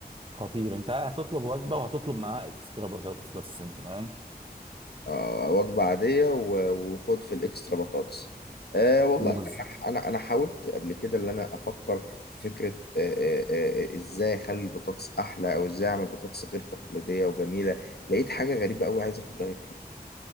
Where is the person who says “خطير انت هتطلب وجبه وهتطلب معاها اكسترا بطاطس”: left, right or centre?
Right